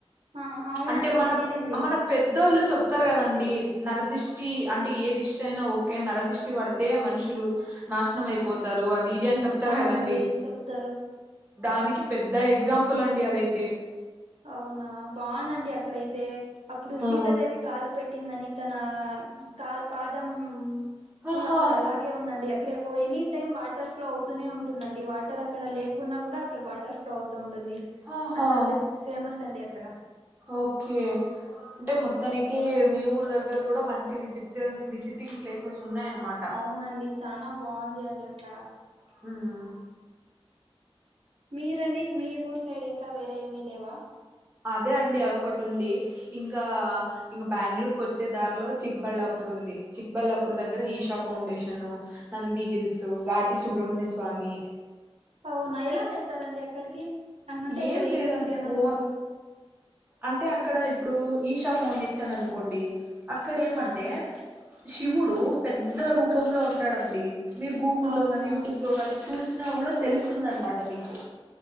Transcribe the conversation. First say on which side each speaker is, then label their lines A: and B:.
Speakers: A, on the right; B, on the right.
A: ఆ అవునండి
B: అంటే మన
A: చీలింది
B: మన పెద్ద పెద్దోళ్ళు చెప్తారు కదండి నరదిష్టి అంటే ఏ దిష్టి అయినా ఓకే నరదిష్టి పడితే మనుషు లు నాశనం అయిపోతారు అది ఇది అని చెప్తారు
A: అవునండి
B: కదండి
A: చెప్తారు
B: దానికి పెద్ద ఎగ్జాంపుల్ అండి అదైతే
A: అవున బాగుందండి అక్కడైతే అప్పుడు సీతాదేవి
B: ఆ
A: కాలు పెట్టిందని తన కాల్ పాదం ఫుల్
B: ఆహా
A: అక్కడ అలాగే ఉందండి అ అక్కడ ఎనీ టైమ్ వాటర్ ఫ్లో అవుతూనే ఉంటుందండి వాటర్ అక్కడ లేకున్నా కూడ అక్కడ వాటర్ ఫ్లో అవుతూ ఉంటుంది ఉంటుంది
B: ఆహా
A: అంత పెద్ద ఫేమస్ అండి అక్కడ
B: ఓకే అంటే మొత్తానికి మీ ఊరు దగ్గర కూడ మంచి విజిట్ విజిటింగ్ ప్లేసెస్ ఉన్నాయన్నమాట
A: అవునండి చానా బాగుంది అండి అక్కడ
B: హుమ్
A: మీరండి మీ ఊర్ సైడ్ ఇంక వేరేమీ లేవా
B: అదే అండి అది ఒకటి ఉంది ఇంకా ఇంక బెంగళూరుకి వచ్చే దారిలో చిక్బళ్ళాపూర్ ఉంది చిక్బల్లాపూర్ దగ్గర ఈషా ఫౌండేషను నంది హిల్స్ ఘాటి సుబ్రహమణ్య స్వామి మ్
A: అవునా ఎలా వెళ్తారంండి అక్కడికి అందు కంటే ఇక్కడ
B: ఏం
A: ఏమి
B: లేదండి
A: ఫేమస్
B: ఓన్ అంటే అక్కడ ఇప్పుడు ఈషా ఫౌండేషన్ అనుకోండి అక్కడ ఏమంటే
A: ఆ
B: శివుడు పెద్ద రూపంలో ఉంటాడంండి మీరు గూగుల్లో
A: అవునా
B: కానీ యూట్యూబ్ లో ని చూసినా కూడ తెలుస్తుందనమాట మీకు